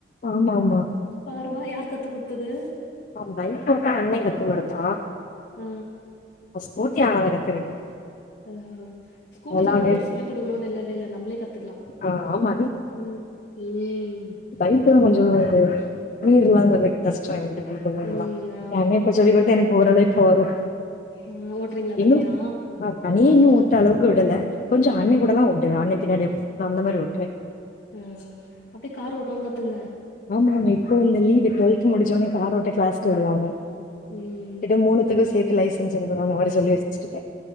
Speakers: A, on the left; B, on the left.
A: ஆமா ஆமா
B: பாருவா யார் கத்து குடுத்தது
A: ஆ பைக் ஓட்ட அண்ணே கத்து குடுத்தா
B: அ
A: அ ஸ்கூட்டி நானாதா கத்துக்கிட்டே
B: அ ஸ்கூட்டில்லா
A: அதெல்லா அப்டியே
B: ஒருத்தர் சொல்லி குடுக்கணு இல்லவே இல்ல நம்மளே கத்துக்லா
A: ஆ ஆமா
B: ம் ம்
A: பைக்கு தா கொஞ்சோ எனக்கு கீர்ல்லா கொஞ்சோ கஷ்டோ எப்டி பண்றதலா
B: ம் ஆமா
A: ஏ அண்ணே இப்ப சொல்லி
B: பரவால்ல
A: குடுத்து எனக்கு ஓரளவுக்கு இப்ப வரு
B: ஆ ஓட்றீங்களா
A: இன்னு
B: தனியா
A: நா தனியா இன்னு ஓட்ட அளவுக்கு விடல கொஞ்சோ அண்ணே
B: ஆ
A: கூடலா ஓட்டுவே அண்ணே பின்னாடி அந்த மாரி ஓட்டுவே
B: ம் அப்டியே கார் ஓட்டவு கத்துகங்க
A: ஆமா ஆமா இப்போ இந்த லீவு டுவெல்த் முடிச்சோனே காரோட்ட கிளாஸ்க்கு விடுவாங்க
B: ம்
A: கிட்ட மூணுத்துக்கு சேத்து லைசன்ஸ் எடுக்கணு மாரி சொல்லி வச்சுருக்கே